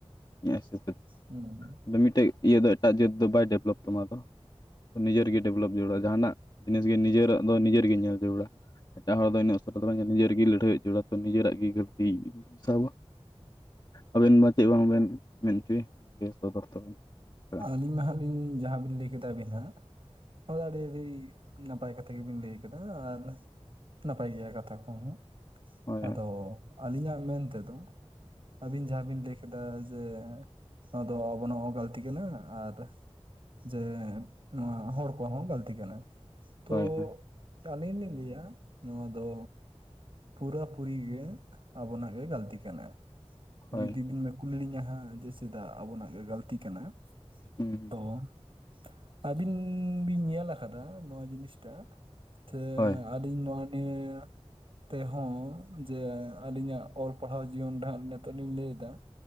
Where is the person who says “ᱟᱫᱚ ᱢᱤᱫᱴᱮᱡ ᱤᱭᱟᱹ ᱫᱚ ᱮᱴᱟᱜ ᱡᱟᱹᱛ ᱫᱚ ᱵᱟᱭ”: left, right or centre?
Left